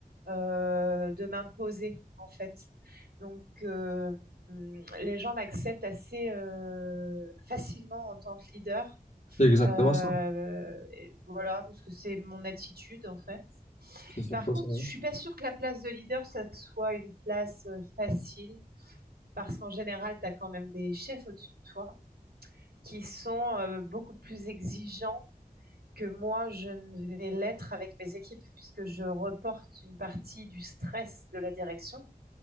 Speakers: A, on the right; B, on the left.
A: euh, de m'imposer en fait. Donc euh, les gens m'acceptent assez euh, facilement en tant que leader.
B: C'est exactement
A: Euh,
B: ça.
A: et voilà, parce que c'est mon attitude en fait.
B: C'est surtout
A: Par contre,
B: ça. ouais.
A: je suis pas sûre que la place de leader, ça soit une place euh, facile, parce qu'en général, tu as quand même des chefs au-dessus de toi qui sont euh, beaucoup plus exigeants que moi, je ne vais l'être avec mes équipes, puisque je reporte une partie du stress de la direction